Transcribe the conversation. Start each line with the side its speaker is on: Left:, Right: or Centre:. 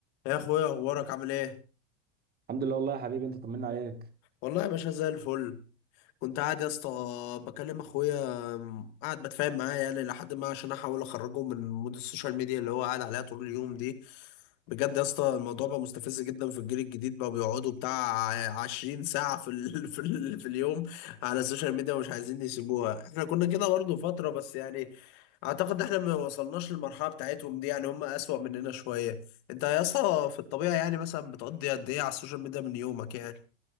Left: يا اخويا اخبارك عامل ايه
Right: الحمد لله والله يا حبيبي انت طمنا عليك
Left: والله يا باشا زي الفل كنت قاعد يا اسطى بكلم اخويا م- قاعد بتفاهم معاه يعني لحد ما عشان احاول اخرجه من مود السوشيال ميديا اللي هو قاعد عليها طول اليوم دي بجد يا اسطى الموضوع بقى مستفز جدا في الجيل الجديد بقى بيقعدوا بتاع 20 ساعة في ال... <laughs> في ال... في اليوم على السوشيال ميديا ومش عايزين يسيبوها احنا كنا كده برضه فترة بس يعني اعتقد احنا ما وصلناش للمرحلة بتاعتهم دي يعني هم اسوأ مننا شوية انت يا اسطى في الطبيعة يعني مثلا بتقضي قد ايه على السوشيال ميديا من يومك يعني